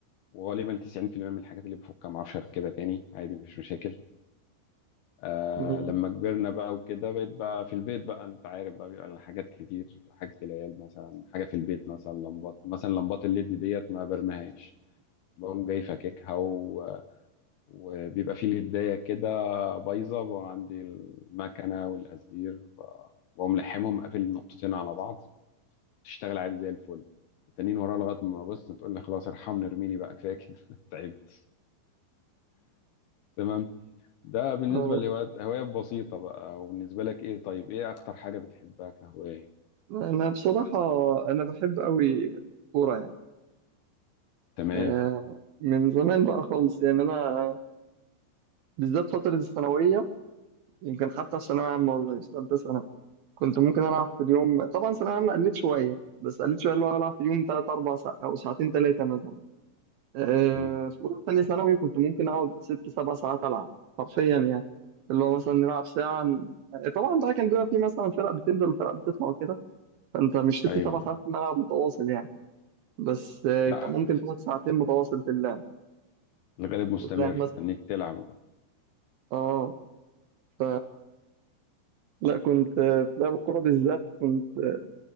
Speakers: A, on the left; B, on the right.
A: وغالبا 90% من الحاجات اللي بفكها ما اعرفش اركبها تاني عادي مفيش مشاكل آه
B: يعني
A: لما كبرنا بقى وكده بقيت بقى في البيت بقى انت عارف بقى بيبقى لنا حاجات كتير حاجة العيال مثلا حاجة في البيت مثلا لمبات مثلا لمبات الليد ديت ما برمهاش بقوم جاي فاككها و... وبيبقى في لداية كده بايظة بقى عندي المكنة والقزدير ب- بقوم لحمهم قافل النقطتين على بعض تشتغل عادي زي الفل التانيين وراها لغاية ما بص تقول لي خلاص ارحمني ارميني بقى كفاية كده <laughs> تعبت تمام ده بالنسبة
B: آه،
A: لهوايات هوايات بسيطة بقى وبالنسبة لك ايه طيب ايه أكتر حاجة بتحبها كهواية
B: أنا بصراحة أنا بحب أوي كورة يعني
A: تمام
B: آه، من زمان بقى خالص يعني أنا بالذات فترة الثانوية يمكن حتى في ثانوية عامة والله في ثالثة ثانوي كنت ممكن ألعب في اليوم طبعا ثانوية عامة قلت شوية بس قلت شوية اللي هو ألعب في اليوم تلات أربع ساعات أو ساعتين تلاتة مثلا آه،
A: مم.
B: في أولى وتانية ثانوي كنت ممكن أقعد ست سبع ساعات ألعب حرفيا يعني اللي هو مثلا نلعب ساعة طبعا بقى كان بيبقى في مثلا فرق بتنزل وفرق بتطلع وكده فأنت مش ست
A: أيوه
B: سبع ساعات في الملعب متواصل يعني بس آه،
A: لا
B: كان ممكن تاخد ساعتين متواصل في اللعب
A: الغالب مستمر
B: وتريح مثلا
A: تنيك تلعب
B: اه ف لا كنت آه، في لعب الكورة بالذات كنت آه،